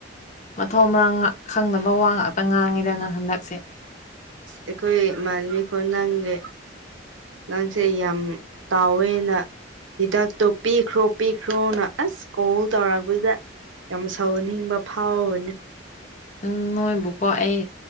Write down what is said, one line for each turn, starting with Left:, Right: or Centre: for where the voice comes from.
Left: ꯃꯊꯣꯡ ꯃꯔꯝ ꯈꯪꯗꯕ ꯋꯥ ꯉꯥꯛꯇ ꯉꯥꯡꯉꯤꯗ ꯅꯪ ꯍꯟꯗꯛꯁꯦ
Right: ꯑꯩꯈꯣꯏ ꯃꯥꯟꯕꯤ ꯈꯣꯟ ꯅꯪꯒꯤ ꯅꯪꯁꯦ ꯌꯥꯝ ꯇꯥꯎꯋꯦꯅ ꯍꯤꯗꯥꯛꯇꯣ ꯄꯤꯈ꯭ꯔꯣ ꯄꯤꯈ꯭ꯔꯣꯅ ꯑꯁ ꯀꯣꯜ ꯇꯧꯔꯛꯄꯗ ꯌꯥꯝ ꯁꯧꯍꯟꯅꯤꯡꯕ ꯐꯥꯎꯕꯅꯤ
Left: ꯎꯝ ꯅꯣꯏꯕꯨꯀꯣ ꯑꯩ